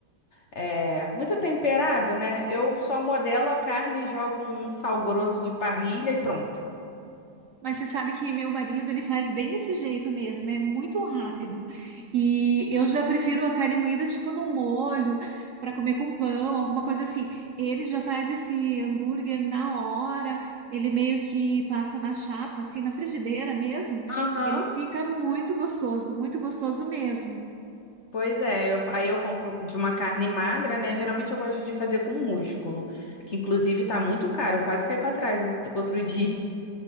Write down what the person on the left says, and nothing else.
é, muito temperado, né? Eu só modelo a carne, jogo um sal grosso de parrilha e pronto.
Aham.
Pois é, eu- aí eu compro de uma carne magra, né? Geralmente eu gosto de fazer com músculo, que inclusive tá muito caro, eu quase caí pra trás out- outro dia